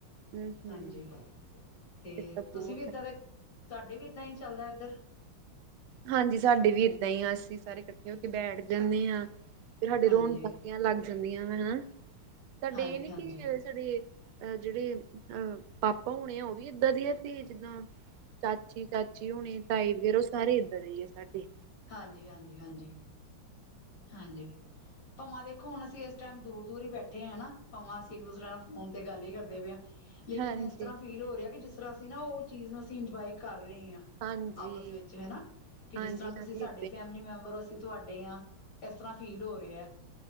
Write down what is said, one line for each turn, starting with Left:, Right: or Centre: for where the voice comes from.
Right: ਹਮ ਹਮ
Left: ਹਾਂਜੀ ਤੇ
Right: ਫਿਰ ਤਾਂ ਬਹੁਤ
Left: ਤੁਸੀਂ ਵੀ ਏਦਾਂ ਦੇ ਤੁਹਾਡੇ ਵੀ ਇੱਦਾਂ ਹੀ ਚੱਲਦਾ ਇੱਧਰ
Right: ਹਾਂਜੀ ਸਾਡੇ ਵੀ ਇਏਦਾਂ ਹੀ ਆ ਅਸੀਂ ਸਾਰੇ ਇਕੱਠੇ ਹੋ ਕੇ ਬੈਠ ਜਾਂਦੇ ਹਾਂ ਸਾਡੇ
Left: ਹਾਂਜੀ
Right: ਰੌਣ ਪਕੀਆਂ ਲੱਗ ਜਾਂਦੀਆਂ ਵਾ ਹਨਾ ਸਾਡੇ
Left: ਹਾਂਜੀ
Right: ਇਹ ਨੀ
Left: ਹਾਂਜੀ
Right: ਕਿ ਸਾਡੇ ਅਹ ਜਿਹੜੇ ਅਹ ਪਾਪਾ ਹੋਣੇ ਆ ਉਹ ਵੀ ਇਏਦਾਂ ਦੀ ਆ ਤੇ ਜਿੱਦਾਂ ਚਾਚੀ ਚਾਚੀ ਹੁਣੇ ਤਾਈ ਵਗੈਰਾ ਉਹ ਸਾਰੇ ਏਦਾਂ ਦੇ ਹੀ ਹੈ ਸਾਡੇ
Left: ਹਾਂਜੀ, ਹਾਂਜੀ, ਹਾਂਜੀ, ਹਾਂਜੀ ਭਾਵਾਂ ਦੇਖੋ ਹੁਣ ਅਸੀਂ ਇਸ ਟਾਈਮ ਦੂਰ ਦੂਰ ਹੀ ਬੈਠੇ ਆ ਹਨਾ ਭਵਾਂ ਅਸੀਂ ਇੱਕ ਦੂਸਰੇ ਨਾਲ ਫੋਨ ਤੇ ਗੱਲ ਹੀ ਕਰਦੇ ਪਏ ਹਾਂ। ਲੇਕਿਨ
Right: ਹਾਂਜੀ
Left: ਇਸ ਤਰ੍ਹਾਂ
Right: ਹਾਂਜੀ
Left: ਫੀਲ ਹੋ ਰਿਹਾ ਕਿ ਜਿਸ ਤਰ੍ਹਾਂ ਅਸੀਂ ਨਾ ਉਹ ਚੀਜ਼ ਨੂੰ ਅਸੀਂ ਇੰਜੋਏ ਕਰ ਰਹੇ ਹਾਂ।
Right: ਹਾਂਜੀ
Left: ਆਪਸ ਵਿੱਚ ਹਨਾ ਕਿ
Right: ਹਾਂਜੀ
Left: ਜਿਸ ਤਰ੍ਹਾਂ। ਤੁਸੀਂ
Right: ਹਾਂਜੀ
Left: ਸਾਡੇ
Right: ਏਦਾਂ ਹੀ
Left: ਫੈਮਿਲੀ ਮੈਂਬਰ ਅਸੀਂ ਤੁਹਾਡੇ ਹ ਇਸ ਤਰ੍ਹਾਂ ਫੀਲ ਹੋ ਰਹਾ ਹੈ।